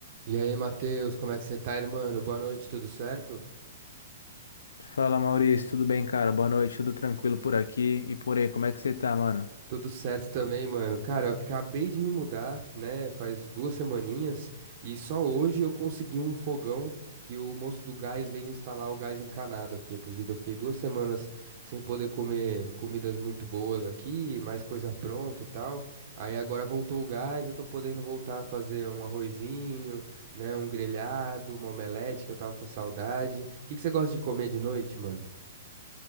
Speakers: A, on the right; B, on the left.
A: E aí, Matheus, como é que você tá, irmão? Boa noite, tudo certo?
B: Fala Maurício, tudo bem, cara? Boa noite, tudo tranquilo por aqui e por aí, como é que você tá, mano?
A: Tudo certo também, mano. Cara, eu acabei de me mudar, né? Faz duas semaninhas e só hoje eu consegui um fogão que o moço do gás veio instalar o gás encanado aqui. Acredito, eu fiquei duas semanas sem poder comer comidas muito boas aqui, mais coisa pronta e tal. Aí agora voltou o gás, eu tô podendo voltar a fazer um arrozinho, né? Um grelhado, uma omelete que eu tava com saudade. O que que você gosta de comer de noite, mano?